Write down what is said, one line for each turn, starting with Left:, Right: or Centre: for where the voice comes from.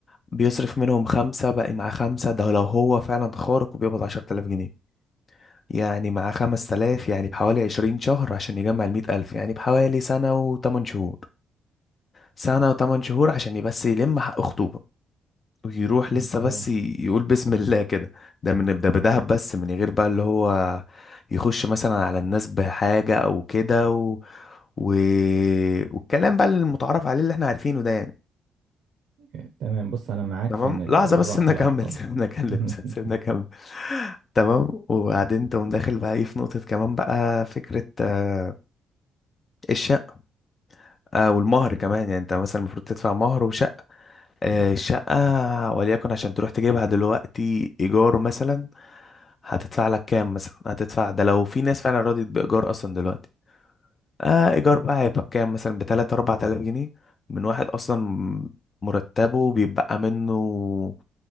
Left: بيصرف منهم خمسة بقى مع خمسة ده لو هو فعلا خارج وبيقبض عشر تلاف جنيه يعني مع خمس تلاف يعني بحوالي عشرين شهر عشان يجمع المية ألف يعني بحوالي سنة وتمن شهور سنة وتمن شهور عشان بس يلم حق خطوبة ويروح لسه
Right: م،
Left: بس
Right: طيب
Left: ي- يقول بسم الله كده ده من ده بدهب بس من غير بقى اللي هو يخش مثلا على الناس بحاجة او كده و... و... والكلام بقى المتعارف عليه اللي احنا عارفينه ده يعني
Right: إيه، تمام بص أنا معاك
Left: تمام
Right: في إن الر-
Left: لحظة بس سيبنا
Right: الأرقام
Left: اكمل <laughs> سيبنا اكلم
Right: <laughs>
Left: سيبنا اكمل تمام وبعدين تقوم داخل بقى ايه في نقطة كمان بقى فكرة آه، الشقة آه، والمهر كمان يعني انت مثلا المفروض تدفع مهر وشقة آه، الشقة وليكن عشان تروح تجيبها دلوقتي ايجار مثلا هتدفع لك كام مثلا هتدفع ده لو في ناس فعلا رضيت بإيجار أصلا دلوقتي آه إيجار بقى هيبقى بكام مثلا بتلاتة أربعة آلاف جنيه من واحد أصلا مرتبه بيبقى منه